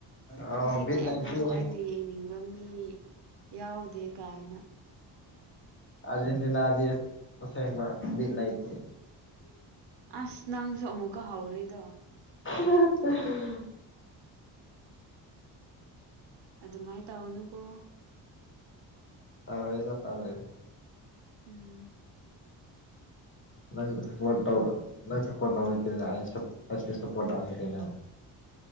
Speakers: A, on the left (about 25°); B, on the right (about 60°).
A: ꯑꯣ
B: ꯉꯁꯤꯗꯤ
A: ꯕꯤꯠ
B: ꯑꯩꯅ
A: ꯂꯩꯇꯦꯍꯦ
B: ꯊꯣꯛꯑꯦꯅꯦ ꯌꯦꯡꯅꯤꯡꯕ ꯃꯤ ꯌꯥꯎꯗꯦ ꯀꯥꯏꯅ
A: ꯑꯔꯖꯦꯟꯇꯤꯅꯗꯤ ꯑꯁꯦꯡꯕ ꯕꯤꯠ ꯂꯩꯇꯦ
B: ꯑꯁ ꯅꯪꯁꯨ ꯑꯃꯨꯛꯀ ꯍꯧꯔꯤꯗꯣ
A: <inaudible>
B: ꯑꯗꯨ ꯃꯥꯏ ꯇꯧꯅꯨꯀꯣ
A: ꯇꯧꯔꯣꯏꯗ ꯇꯧꯔꯣꯏꯗ
B: ꯎꯝ
A: <unintelligible>